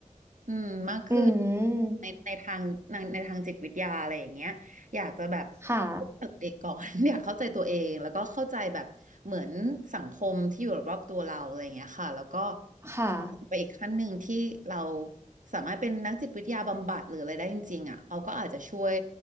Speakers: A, on the right; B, on the right.
A: อืมมากขึ้น
B: อืม
A: ในในทางในในทางจิตวิทยาอะไรอย่างเงี้ยอยากจะแบบ
B: ค่ะ
A: เข้าใจตัวเองก่อน <laughs> อยากเข้าใจตัวเองแล้วก็เข้าใจแบบเหมือนสังคมที่อยู่รอบๆตัวเราอะไรอย่างเงี้ยค่ะแล้วก็
B: ค่ะ
A: ไปอีกขั้นหนึ่งที่เราสามารถเป็นนักจิตวิทยาบำบัดหรืออะไรได้จริงๆอ่ะเอาก็อาจจะช่วย